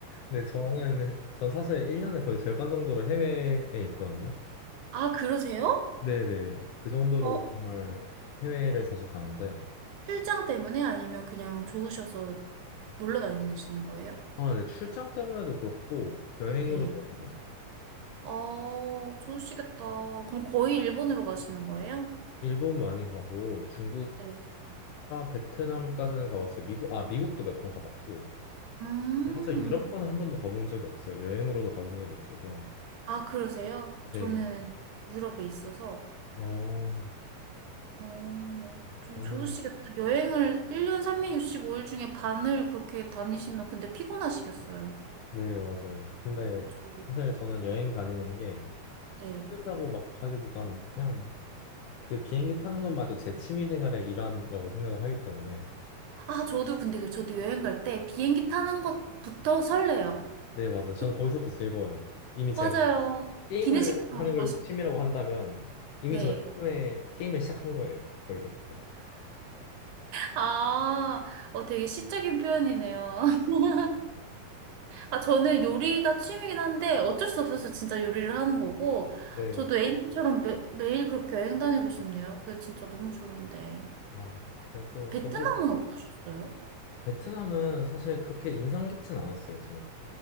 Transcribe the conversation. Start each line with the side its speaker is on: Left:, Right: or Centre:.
Left: 데 저는 <laughs> 전 사실 1년에 거의 절반 정도를 해외에 있거든요.
Right: 아, 그러세요?
Left: 네네 그 정도로
Right: 어,
Left: 정말 해외를 자주 가는데
Right: 출장 때문에 아니면 그냥 좋으셔서 놀러 다니시는 거예요?
Left: 아, 네. 출장 때문에도 그렇고 여행으로도
Right: 네.
Left: 갑니다.
Right: 아, 좋으시겠다. 그럼 거의 일본으로 가시는 거예요?
Left: 일본 많이 가고 중국과
Right: 네.
Left: 베트남까지는 가봤어요. 미국, 아, 미국도 몇 번 가봤고.
Right: 음.
Left: 사실 유럽권은 한 번도 가본 적이 없어요. 여행으로도 가본 적이 없어서.
Right: 아, 그러세요?
Left: 네.
Right: 저는 유럽에 있어서.
Left: 어,
Right: 어,
Left: 저는,
Right: 저 좋으시겠다. 여행을 1년 삼육6 5일 중에 반을 그렇게 다니시면 근데 피곤하시겠어요.
Left: 네, 맞아요. 근데
Right: 그쵸.
Left: 사실 저는 여행 다니는 게
Right: 네.
Left: 힘들다고 막 하기보단 그냥 그 비행기 타는 것마저 제 취미 생활의 일환이라고 생각을 하기 때문에.
Right: 아, 저도 근데 그- 저도 여행 갈 때 비행기 타는 것부터 설레요.
Left: 네, 맞아요. 저는
Right: 그-
Left: 거기서부터 즐거워요. 이미 제가
Right: 맞아요.
Left: 게임을
Right: 기내식도 가고
Left: 하는 걸
Right: 싶고.
Left: 취미라고 한다면 이미
Right: 네.
Left: 저 게임에 게임을 시작한 거예요. 거기서부터.
Right: 아, 어, 되게 시적인 표현이네요. <laughs> 아, 저는 요리가 취미긴 한데 어쩔 수 없어서 진짜 요리를 하는 거고,
Left: 네.
Right: 저도 A님처럼 매, 매일 그렇게 여행 다니고 싶네요. 그게 진짜 너무 좋은데.
Left: 아, 그래도
Right: 베트남은
Left: 저도
Right: 어떠셨어요?
Left: 베트남은 사실 그렇게 인상 깊진 않았어요, 저는.